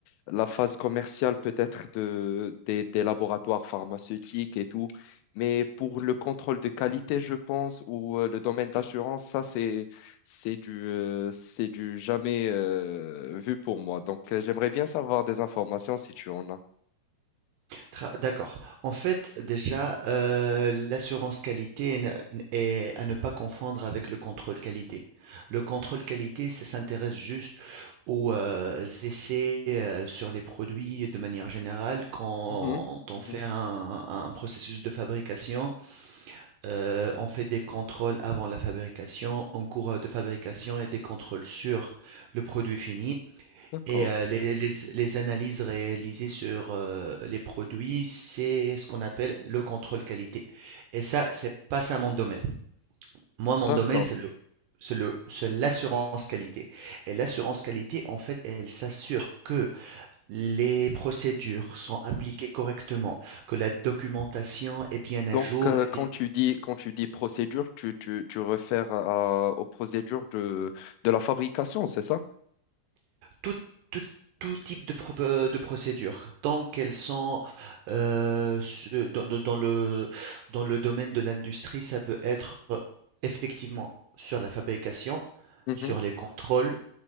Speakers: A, on the left; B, on the right.
A: la phase commerciale peut-être de, des, des laboratoires pharmaceutiques et tout. Mais pour le contrôle de qualité, je pense, ou euh, le domaine d'assurance, ça, c'est, c'est du, euh, c'est du jamais euh, vu pour moi. Donc, euh, j'aimerais bien savoir des informations si tu en as.
B: Tra- D'accord. En fait, déjà, euh, l'assurance qualité est, ne- est à ne pas confondre avec le contrôle qualité. Le contrôle qualité, ça s'intéresse juste aux euh, essais euh, sur les produits de manière générale quand
A: Mhm,
B: on
A: mhm.
B: fait un un processus de fabrication. Euh, on fait des contrôles avant la fabrication, en cours de fabrication et des contrôles sur le produit fini.
A: D'accord,
B: Et euh, les, les- les analyses réalisées sur euh, les produits, c'est ce qu'on appelle le contrôle qualité. Et ça, c'est pas ça mon domaine. Moi, mon
A: d'accord.
B: domaine, c'est le, c'est le, c'est l'assurance qualité. Et l'assurance qualité, en fait, elle s'assure que les procédures sont appliquées correctement, que la documentation est bien à
A: Donc,
B: jour,
A: euh, quand tu dis, quand tu dis procédure, tu, tu, tu refères à- aux procédures de, de la fabrication, c'est ça?
B: tout, tout, tout type de, pro- euh, de procédure, tant qu'elles sont euh, su- dans, dans- dans le, dans le domaine de l'industrie, ça peut être euh, effectivement sur la fabrication,
A: Mhm.
B: sur les contrôles,